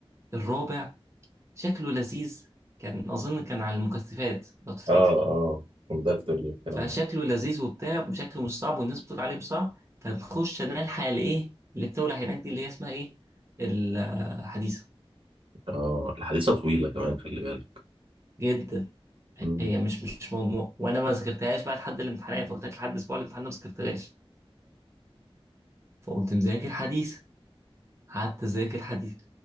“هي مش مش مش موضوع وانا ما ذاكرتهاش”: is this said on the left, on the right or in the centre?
Right